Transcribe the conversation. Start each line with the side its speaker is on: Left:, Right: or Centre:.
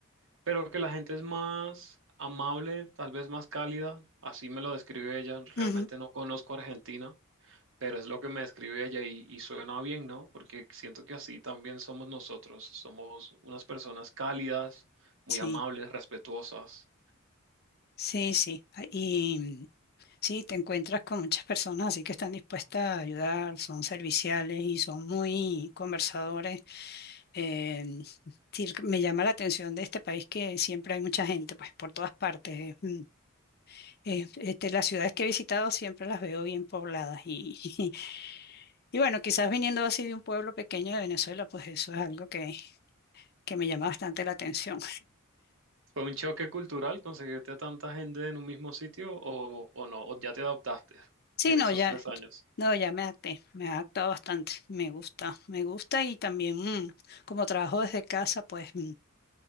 Right: pero que la gente es más amable, tal vez más cálida, así me lo describe ella. Realmente
Left: Ujú,
Right: no conozco Argentina, pero es lo que me describe ella y, y suena bien, ¿no? Porque siento que así también somos nosotros, somos unas personas cálidas, muy
Left: Sí,
Right: amables, respetuosas.
Left: sí, sí. Ah, Y sí, te encuentras con muchas personas así que están dispuestas a ayudar, son serviciales y son muy conversadores. Eh, sí, me llama la atención de este país que siempre hay mucha gente, pues por todas partes. Mm, eh, este, las ciudades que he visitado siempre las veo bien pobladas y, <laughs> y bueno, quizás viniendo así de un pueblo pequeño de Venezuela, pues eso es algo que, que me llama bastante la atención.
Right: ¿Fue un choque cultural conseguirte a tanta gente en un mismo sitio o, o no? ¿O ya te adaptaste
Left: Sí,
Right: en
Left: no,
Right: esos
Left: ya,
Right: tres años?
Left: no, ya me adapté, me he adaptado bastante, me gusta, me gusta y también mm, como trabajo desde casa, pues mm,